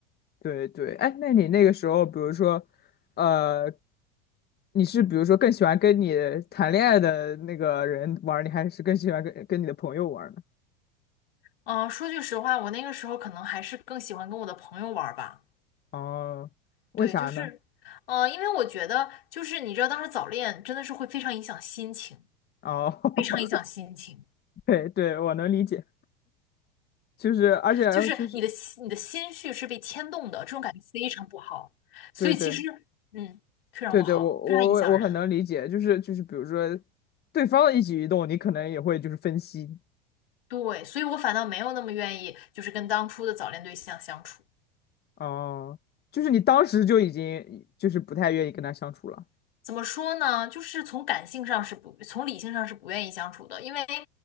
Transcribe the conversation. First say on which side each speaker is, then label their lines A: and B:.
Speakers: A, on the left; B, on the left.
A: 对对，哎，那你那个时候，比如说，呃，你是比如说更喜欢跟你谈恋爱的那个人玩儿，你还是更喜欢跟跟你的朋友玩儿呢？
B: 嗯，说句实话，我那个时候可能还是更喜欢跟我的朋友玩儿吧。
A: 哦，为啥呢？
B: 对，就是，呃，因为我觉得，就是你知道，当时早恋真的是会非常影响心情，
A: 哦，<laughs>
B: 非常影响心情，
A: 对对，我能理解，就是而且就是
B: 就是你的心你的心绪是被牵动的，这种感觉非常不好。所以其实，
A: 对对
B: 嗯，非常不好，
A: 对对，我我我我很能理解，
B: 非常影响人。
A: 就是就是比如说对方的一举一动，你可能也会就是分析，
B: 对，所以我反倒没有那么愿意，就是跟当初的早恋对象相处。
A: 哦、就是你当时就已经就是不太愿意跟他相处了，
B: 怎么说呢？就是从感性上是不，从理性上是不愿意相处的，因为